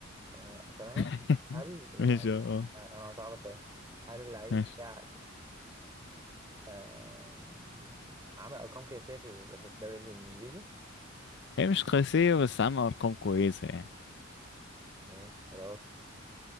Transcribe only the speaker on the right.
آه، اسال انا
هل اللعيب
آه، انا صعبه شويه هل اللعيب
بتاعك آم، عامل ارقام قياسيه في ال- في الدوري الانجليزي
ماشي خلاص